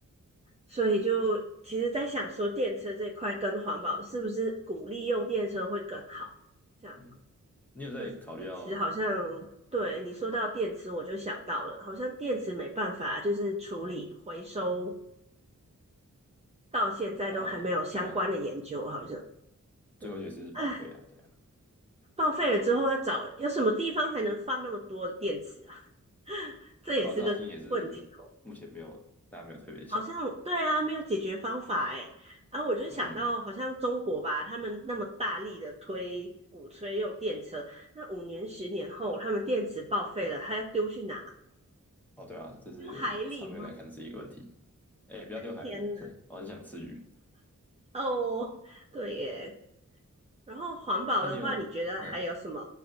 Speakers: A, on the right; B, in the centre.
A: 所以就其实在想说，电车这一块跟环保是不是鼓励用电车会更好？这样，
B: 嗯，你有在考虑要
A: 可是电池好像，对，你说到电池，我就想到了，好像电池没办法就是处理回收，到现在都还没有相关的研究，
B: 哦，对啊，
A: 好像，嗯，
B: 最后一个是报废啊，
A: 啊，
B: 对啊，
A: 报废了之后要找有什么地方才能放那么多的电池啊？这也是个问题。
B: 对啊，这好像也是目前没有大家没有特别想，
A: 好像对啊，没有解决方法哎。然后我就想到，
B: 嗯，
A: 好像中国吧，他们那么大力的推鼓吹用电车，那五年、十年后，他们电池报废了，他要丢去哪？
B: 哦，对啊，这是长远来看是一个问题，
A: 丢海里吗？
B: 哎，不要丢海盐，
A: 天哪！
B: <laughs> 我很想吃鱼。
A: 哦，对耶。然后环保的话，
B: 那你有嗯
A: 你觉得还有什么